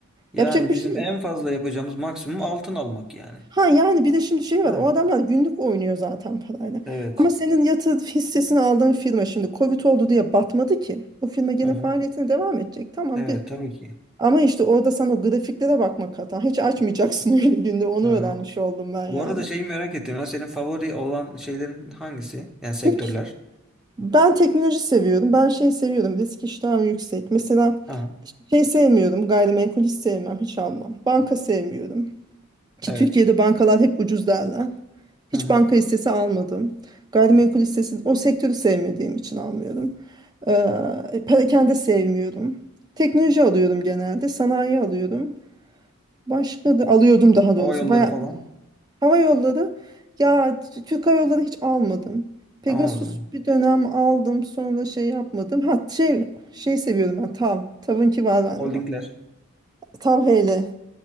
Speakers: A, in the centre; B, on the right.
A: Yani
B: Yapacak bir
A: bizim
B: şey yok.
A: en fazla yapacağımız maksimum altın almak yani.
B: Ha yani bir de şimdi şey var
A: Ha,
B: o adamlar günlük oynuyor zaten parayla.
A: evet.
B: Ama senin yatırım hissesini aldığın firma şimdi Covid oldu diye batmadı ki. O firma gene
A: Hı hı.
B: faaliyetine devam edecek. Tamam
A: Evet
B: bir
A: tabii ki.
B: ama işte orada sen o grafiklere bakmak hata. Hiç açmayacaksın <laughs> öyle günde onu
A: Hı.
B: öğrenmiş oldum ben yani.
A: Bu arada şeyi merak ettim. Ya, senin favori olan şeylerin hangisi? Yani sektörler.
B: Çünkü ben teknoloji seviyorum. Ben şey seviyorum. Risk iştahım yüksek. Mesela
A: Aha,
B: şey sevmiyorum. Gayrimenkul hiç sevmem. Hiç almam. Banka sevmiyorum. Ki
A: evet.
B: Türkiye'de bankalar hep ucuz derler. Hiç
A: Hı hı.
B: banka hissesi almadım. Gayrimenkul hissesi o sektörü sevmediğim için almıyorum. Ee, perakende sevmiyorum. Teknoloji alıyorum genelde. Sanayi alıyorum. Başka da alıyordum daha doğrusu.
A: Hava yolları
B: Bayağı,
A: falan.
B: hava yolları ya T- Türk Hava Yolları hiç almadım. Pegasus
A: Anladım.
B: bir dönem aldım sonra şey yapmadım. Ha şey şey seviyorum ben TAV. TAV'ınki var bende
A: Holdingler.
B: bak. TAV HL.